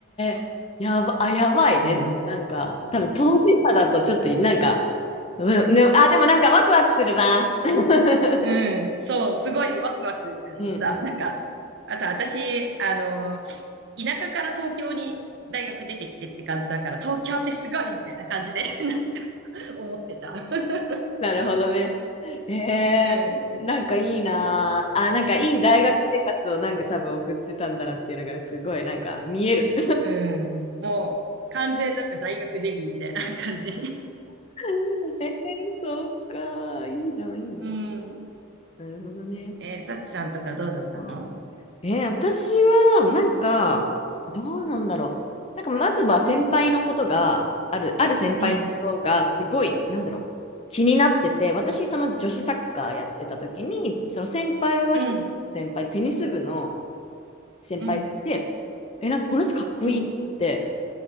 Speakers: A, on the left; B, on the right.
A: えやば、あ、やばいね。
B: うん。
A: なんか、多分当事者だとちょっと、なんか、うん、ね、あ、でもなんかワクワクするな。<laughs>
B: うん、そう、すごいワクワクした。
A: うんうん。
B: なんか、あと私、あの、田舎から東京に大学出てきてって感じだから、東京ってすごいみたいな感じで <laughs> なんか <laughs> 思ってた。<laughs>
A: <laughs> なるほどね。ええなんかいいなあ。
B: うん。
A: あ、なんかいい大学生活をなんか多分送ってたんだなっていうのがすごいなんか見える。
B: うん。もう、完全なんか大学デビューみたいな感じ。
A: <laughs> ええそうか。いいな、いいな。
B: <laughs> うん。
A: なるほどね。
B: えー、サチさんとかどうだったの
A: うんえー私はなんか、どうなんだろう。なんかまずは先輩のことが、ある、ある先輩のことがすごい、
B: うん。
A: なんだろう。気になってて、私その女子サッカーやってた時に、その先輩は一つ先輩、
B: うん。
A: テニス部の先輩で
B: うん。
A: え、なんかこの人かっこいいって、
B: うん。